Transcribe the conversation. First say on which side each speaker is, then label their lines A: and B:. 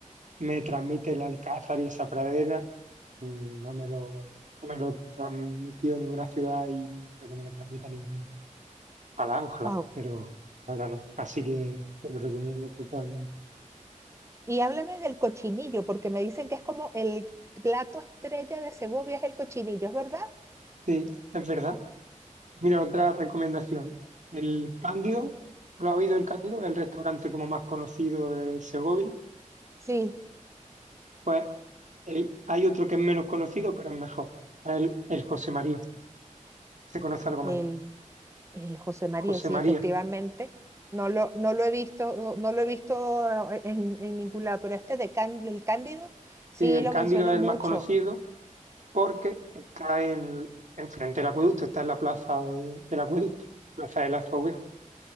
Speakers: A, on the right (about 65°); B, on the right (about 20°).
A: me transmite el Alcázar y esa pradera, mm, no me lo, no me lo transmitido ninguna ciudad y no creo que me lo transmita ninguna. Ojalá, ojalá,
B: Wow.
A: pero ahora no. Así que te lo recomiendo totalmente.
B: Y háblame del cochinillo, porque me dicen que es como el plato estrella de Segovia es el cochinillo, ¿es verdad?
A: Sí, es verdad. Mira, otra recomendación. El Cándido, ¿lo ha oído el Cándido? El restaurante como más conocido de Segovia.
B: Sí,
A: Pues El- hay otro que es menos conocido, pero es mejor. El, el José María. Se conoce algo
B: el
A: menos.
B: El José María,
A: José
B: sí,
A: María.
B: efectivamente. No lo, no lo he visto, no no lo he visto eh, en, en ningún lado, pero este de Cán- del Cándido sí
A: Sí, el
B: lo
A: Cándido
B: mencionan
A: es el
B: mucho.
A: más conocido porque está en, enfrente del acueducto, está en la plaza de- del acueducto, la plaza del Azoguejo,